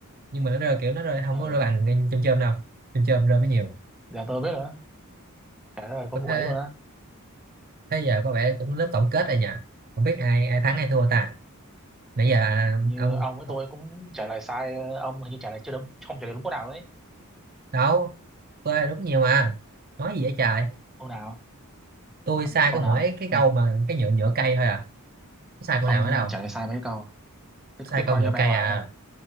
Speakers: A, on the right; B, in the centre.
A: nhưng mà nó rơi kiểu nó rơi không
B: ờ
A: có rơi bằng cây chôm chôm đâu chôm chôm rơi mới nhiều
B: giờ tôi biết rồi đó trời ơi con
A: Có
B: vụ
A: thế
B: đấy luôn á
A: thế giờ có vẻ cũng lớp tổng kết rồi nhỉ không biết ai ai thắng ai thua ta nãy giờ
B: hình như
A: ông,
B: ông với
A: ông
B: tôi cũng trả lời sai ờ, ông hình như trả lời chưa đúng không trả lời đúng câu nào đấy
A: đâu tôi đúng nhiều mà nói gì vậy trời
B: câu nào
A: tôi
B: ông,
A: sai
B: câu
A: có mỗi
B: nào
A: cái
B: nhỉ
A: câu mà cái nhựa nhựa cây thôi à Có sai câu
B: ông
A: nào ở đâu
B: trả lời sai mấy câu thế,
A: sai
B: thế coi
A: câu nhựa
B: cho mày
A: cây
B: hoài
A: à
B: nha